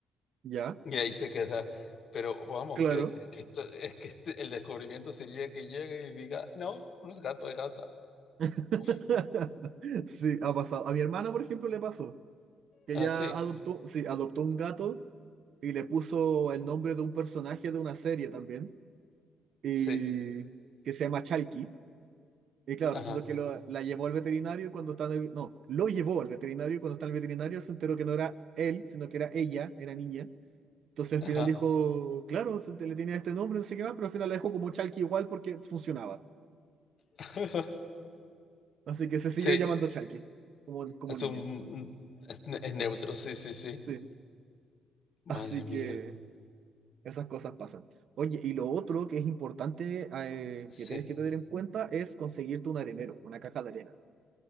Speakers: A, on the right; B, on the left.
A: Ya,
B: y ahí se queda. Pero vamos,
A: claro.
B: que, que esto, es que este- el descubrimiento sería que llegue y diga, no, no es gato, es gata.
A: <laughs>
B: Uf,
A: Sí, ha pasado. A mi hermana, por ejemplo, le pasó que
B: así,
A: ella adoptó, sí, adoptó un gato y le puso el nombre de un personaje de una serie también, y
B: sí, sí,
A: que se llama Chalky. Y claro,
B: ajá,
A: resulta que lo- la llevó al veterinario y cuando estaba en el, no, lo llevó al veterinario y cuando está en el veterinario se enteró que no era él, sino que era ella, era niña. Entonces
B: ajá.
A: al final dijo, claro, se- le tenía este nombre, no sé qué más, pero al final la dejó como Chalky igual porque funcionaba.
B: <laughs>
A: Así que se siguió
B: Sí,
A: llamando Chalky, como, como
B: es
A: niña.
B: un es, ne- es neutro, sí, sí, sí.
A: Sí, así
B: Madre
A: que
B: mía,
A: esas cosas pasan. Oye, y lo otro que es importante eh,
B: sí.
A: que tienes que tener en cuenta es conseguirte un arenero, una caja de arena.